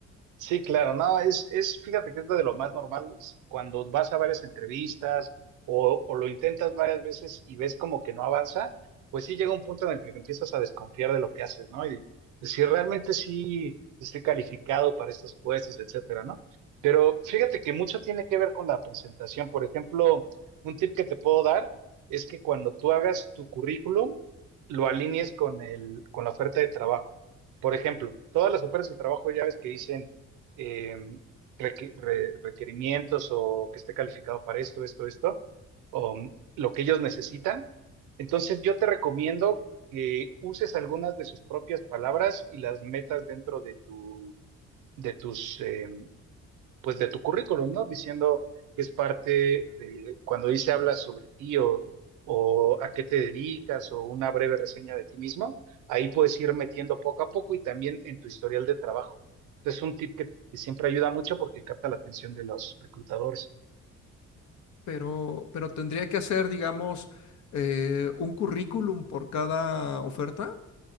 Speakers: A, on the right; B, on the left.
A: Sí, claro, no, es, es, fíjate que es de lo más normal cuando vas a varias entrevistas o, o lo intentas varias veces y ves como que no avanza, pues sí llega un punto en el que empiezas a desconfiar de lo que haces, ¿no? Y decir, realmente sí estoy calificado para estos puestos, etcétera, ¿no? Pero fíjate que mucho tiene que ver con la presentación. Por ejemplo, un tip que te puedo dar es que cuando tú hagas tu currículum, lo alinees con el, con la oferta de trabajo. Por ejemplo, todas las ofertas de trabajo ya ves que dicen eh, requ- re- requerimientos o que esté calificado para esto, esto, esto, o mm, lo que ellos necesitan. Entonces yo te recomiendo que uses algunas de sus propias palabras y las metas dentro de tu, de tus, eh, pues de tu currículum, ¿no? Diciendo que es parte de cuando dice habla sobre ti o, o a qué te dedicas o una breve reseña de ti mismo, ahí puedes ir metiendo poco a poco y también en tu historial de trabajo. Es un tip que, que siempre ayuda mucho porque capta la atención de los reclutadores.
B: Pero, pero tendría que hacer, digamos, eh, un currículum por cada oferta.